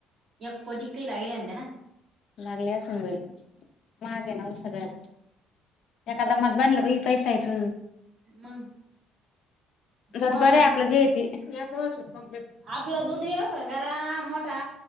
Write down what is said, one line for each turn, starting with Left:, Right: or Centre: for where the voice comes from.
Right: या कोटी काही लागेले <unintelligible>
Left: लागली अस असंई मागे नावर सगळ्याला एखादा मग बांडलं पैसा येतो.
Right: मग,
Left: जत
Right: कोणाला
Left: बर आपलं जे ते काम
Right: आपला दूध व्यवसाय करा मोठा